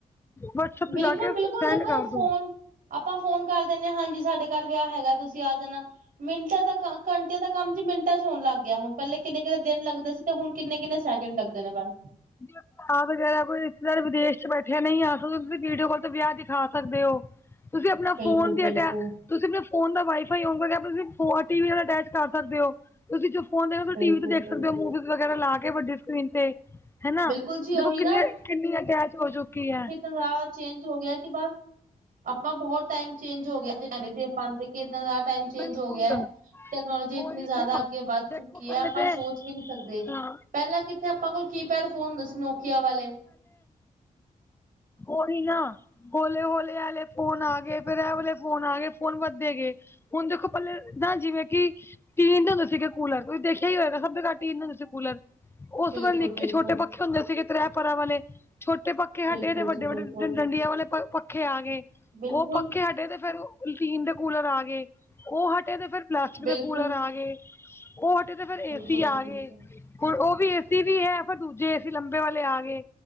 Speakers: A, on the left; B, on the right.
A: ਵਟਸਐਪ
B: ਬਿਲਕੁਲ-ਬਿਲਕੁਲ
A: ਤੇ ਜਾ ਕੇ ਸੈਂਡ
B: ਦੇਖੋ
A: ਕਰਦੋ।
B: ਫੋਨ ਆਪਾਂ ਫੋਨ ਕਰ ਦਿੰਨੇ, ਹਾਂਜੀ ਸਾਡੇ ਘਰ ਵਿਆਹ ਹੈਗਾ, ਤੁਸੀਂ ਆ ਜਾਨਾ। ਮਿੰਟਾਂ ਦਾ ਕ, ਘੰਟੇ ਦਾ ਕੰਮ ਜੀ ਮਿੰਟਾਂ 'ਚ ਹੋਨ ਲੱਗ ਗਿਆ ਹੁਨ। ਪੈਂਲੇ ਕਿੰਨੇ-ਕਿੰਨੇ ਦਿਨ ਲਗਦੇ ਸੀ 'ਤੇ ਹੁਨ ਕਿੰਨੇ-ਕਿੰਨੇ ਸੈਕਿੰਡ ਲਗਦੇ ਨੇ, ਬਸ।
A: ਮਤਲਬ ਆਹ ਵਗੈਰਾ, ਕੋਈ ਇਸ ਵਿਦੇਸ਼ 'ਚ ਬੈਠਿਆ ਨਈ ਆ ਸਕਦੇ, ਤੁਸੀਂ ਵੀਡੀਓ ਕੋਲ ਤੇ ਵਿਆਹ ਦਿਖਾ ਸਕਦੇ ਓ। ਤੁਸੀਂ ਆਪਨਾ
B: ਬਿਲਕੁਲ-ਬਿਲਕੁਲ,
A: ਫੋਨ 'ਤੇ ਅਟੈਕ ਤੁਸੀਂ ਆਪਨੇ ਫੋਨ ਦਾ ਵਾਈ-ਫਾਈ ਔਨ ਕਰਕੇ ਅਪਨੇ ਫੋਨ ਟੀ, ਵੀ, ਅਟੈਚ ਕਰ ਸਕਦੇ ਓ। ਤੁਸੀਂ ਜੋ ਫੋਨ ਦੇ
B: ਬਿਲਕੁਲ-ਬਿਲਕੁਲ।
A: ਟੀ, ਵੀ, 'ਤੇ ਦੇਖ ਸਕਦੇ
B: ਬਿਲਕੁਲ ਬਿਲਕੁਲ
A: ਓ, ਮੂਵੀਜ਼ ਵਗੈਰਾ ਲਾ ਕੇ ਵੱਡੀ ਸਕਰੀਨ ''ਤੇ। ਹੈਨਾ,
B: ਬਿਲਕੁਲ ਜੀ
A: ਦੇਖੋ
B: ਉਹੀ
A: ਕਿੰਨੀ- ਕਿੰਨੀ ਅਟੈਚ ਹੋ ਚੁੱਕੀ ਐ।
B: ਇਸ ਤੋ ਬਾਦ ਚੇਂਜ ਹੋ ਗਿਐ ਕਿ, ਬਸ। ਆਪਾਂ ਬੋਤ ਟਾਈਮ ਚੇਂਜ ਹੋ ਗਿਐ, ਜਿਨਾ ਦੇ ਪਾਂਦੇ ਕਿ ਇਦਾਂ ਦਾ ਟਾਈਮ ਚੇਂਜ
A: ਬਿਲਕੁਲ
B: ਹੋ ਗਿਐ। ਟੈਕਨੋਲੋਜੀ
A: ਉਹੀ
B: ਇਤਨੀ ਜਾਦਾ
A: ਤੇ ਨਾ
B: ਅੱਗੇ ਵੱਦ
A: ਦੇਖੋ
B: ਚੁੱਕੀ
A: ਪਹਿਲੇ
B: ਐ, ਆਪਾਂ
A: ਤੇ
B: ਸੋਚ ਵੀ ਨੀ ਸਕਦੇ,
A: ਹਾਂ
B: ਪੈਲਾਂ ਕਿ 'ਤੇ ਆਪਾਂ ਕੋਲ ਕੀਪੈਡ ਫੋਨ ਹੁੰਦੇ ਸੀ, ਨੋਕੀਆ ਵਾਲੇ।
A: ਓਈ ਨਾ, ਓਲੇ-ਓਲੇ ਆਲੇ ਫੋਨ ਆ ਗਏ। ਫਿਰ ਐਹ ਵਾਲੇ ਫੋਨ ਆ ਗਏ, ਫੋਨ ਵੱਧੇ ਗਏ। ਹੁਨ ਦੇਖੋ ਪਲੇ, ਨਾ ਜਿਵੇਂ ਕਿ ਟੀਨ ਦੇ ਹੁੰਦੇ ਸੀਗੇ ਕੂਲਰ, ਕੋਈ ਦੇਖਿਆ ਈ ਹੋਏਗਾ। ਸਭ ਦੇ ਘਰ ਟੀਨ ਦੇ ਹੁੰਦੇ ਸੀ ਕੂਲਰ। ਓਸ
B: ਬਿਲਕੁਲ-ਬਿਲਕੁਲ।
A: ਵਾਰ ਲਿਖ ਕੇ ਛੋਟੇ ਪ ਪੱਖੇ ਹੁੰਦੇ ਸੀਗੇ ਤ੍ਰੈ ਪਰਾਂ ਵਾਲੇ। ਛੋਟੇ ਪੱਖੇ
B: ਬਿਲਕੁਲ
A: ਹਟੇ ਤੇ ਵੱਡੇ
B: ਜੀ ਬਿਲਕੁਲ,
A: ਵੱਡੇ ਡੰਡੀਆਂ ਵਾਲੇ ਪੱਖੇ ਆ ਗਏ।
B: ਬਿਲਕੁਲ,
A: ਉਹ ਪੱਖੇ ਹਟੇ ਤੇ ਫੇਰ ਲਟੀਨ ਦੇ ਕੂਲਰ ਆ ਗਏ, ਓ ਹਟੇ 'ਤੇ ਫਿਰ ਪਲਾਸਟਿਕ
B: ਬਿਲਕੁਲ,
A: ਦੇ ਕੂਲਰ ਆ ਗਏ। ਓ ਹਟੇ 'ਤੇ ਫਿਰ ਏ,
B: ਬਿਲਕੁਲ
A: ਸੀ,
B: ਜੀ
A: ਆ
B: ਬਿਲਕੁਲ।
A: ਗਏ, ਹੁਨ ਓ ਵੀ ਏ, ਸੀ, ਵੀ ਐ, ਫਿਰ ਦੂਜੇ ਏ, ਸੀ, ਲੰਬੇ ਵਾਲੇ ਆ ਗਏ਼।